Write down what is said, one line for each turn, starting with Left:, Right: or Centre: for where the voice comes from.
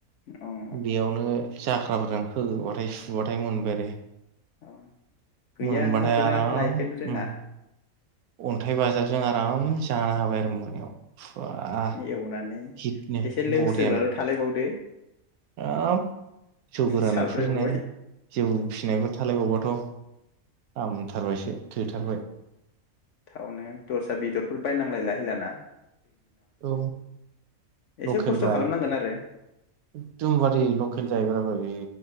Left: अ
Right: बेयावनो जाख्राफोरजों होबाथाय सुबाथाय मोनबाय आरो।
Left: अ गैया
Right: मोनबाजाय
Left: ओंखारफेरा
Right: आराम
Left: लायफेरनो
Right: उम
Left: रोङा
Right: अन्थाइ बाजाबजों आराम जानो हाबाय आरो मोनायाव। फुरा
Left: एवनानै
Right: हिटनो
Left: एसे लोंसोग्राल
Right: बरियानो
Left: थालायबावदो
Right: हाब जौ गोरानफोर
Left: साबद्रायबावबाय
Right: नो जौ फिसिनायफोर थालायबावबाथ। हामथारबायसो थोथारबाय।
Left: थावनो दस्रा बेदरफोर बायनांलायला हैलाना।
Right: औ
Left: एसे
Right: लकेलब्रा
Left: खस्थ' खालामनांगोन आरो
Right: एकदमबारे लकेल जाहैबायब्रा बे